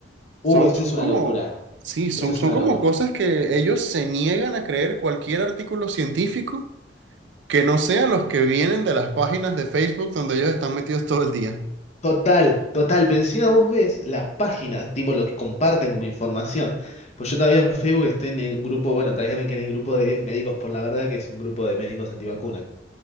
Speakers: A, on the right (about 70°); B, on the left (about 35°).
A: Son,
B: uh, esa
A: son
B: es una
A: como,
B: locura,
A: sí, son,
B: esa es
A: son
B: una
A: como
B: locura.
A: cosas que ellos se niegan a creer cualquier artículo científico Que no sean los que vienen de las páginas de Facebook donde ellos están metidos todo el día.
B: Total, total, pero encima vos ves las páginas, tipo lo que comparten como información. Pues yo todavía en Facebook estoy en un grupo, bueno, todavía me quedé en el grupo de Médicos por la Verdad, que es un grupo de médicos antivacunas.